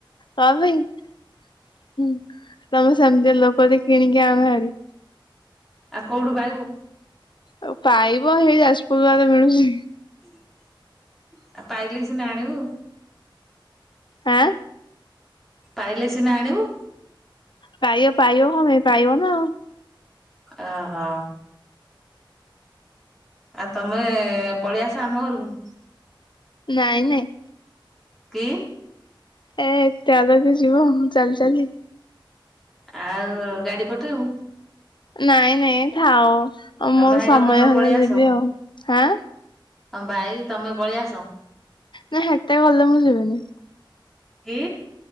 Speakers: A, on the left; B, in the centre.
A: ହ ଭାଇ <inaudible> ତମେ ସେମିତି ଲୋକ ଟେ କିଣିକି ଆଣ ହାରି।
B: ଆଉ କୋଉଠୁ ପାଇବୁ?
A: ଆଉ ପାଇବ ହେଇ ଯାଜପୁର ଆଡେ ମିଳୁଛି।
B: <inaudible> ଆଉ ପାଇଲେ ସିନା ଆଣିବୁ।
A: ଆଁ
B: ପାଇଲେ ସିନା ଆଣିବୁ।
A: ପାଇବ ପାଇବ କଣ ପାଇଁ ପାଇବ ନା ଆଉ।
B: ଓହୋ। ଆଉ ତମେ ପଳେଇ ଆସ ଆମ ଘରକୁ।
A: ନାଇଁ ନାଇଁ।
B: କି?
A: ଏ ଏତେ ବାଟ କିଏ ଯିବ ଚାଲି ଚାଲି।
B: ଆଉ ଗାଡି ପଠେଇବୁ।
A: ନାଇଁ ନାଇଁ ଥାଉ
B: ତମ
A: ମୋର
B: ଭାଇର
A: ସମୟ
B: ତମର
A: ହେଲେ
B: ପଳେଇ
A: ଯିବି
B: ଆସ।
A: ଆଉ ହାଁ।
B: ତମ ଭାଇ ତମେ ପଳେଇ ଆସ।
A: ନା ହେଟା ଗଲେ ମୁଁ ଯିବିନି।
B: କି?